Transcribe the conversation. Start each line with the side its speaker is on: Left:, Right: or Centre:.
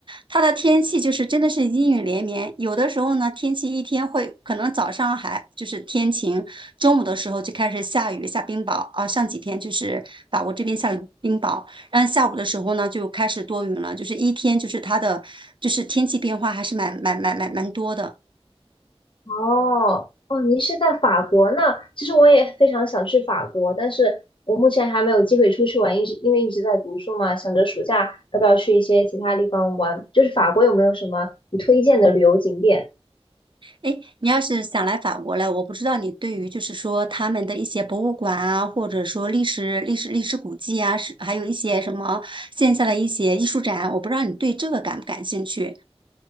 Right: 它的天气就是真的是阴雨连绵。有的时候呢，天气一天会可能早上还就是天晴，中午的时候就开始下雨下冰雹啊。上几天就是法国这边下了冰雹，然后下午的时候呢就开始多云了，就是一天就是它的就是天气变化还是蛮蛮蛮蛮蛮多的。
Left: 哦，哦，您是在法国那？其实我也非常想去法国，但是我目前还没有机会出去玩，一直因为一直在读书嘛，想着暑假要不要去一些其他地方玩。就是法国有没有什么你推荐的旅游景点？
Right: 哎，诶你要是想来法国了，我不知道你对于就是说他们的一些博物馆啊，或者说历史、历史、历史古迹啊，是还有一些什么线下的一些艺术展，我不知道你对这个感不感兴趣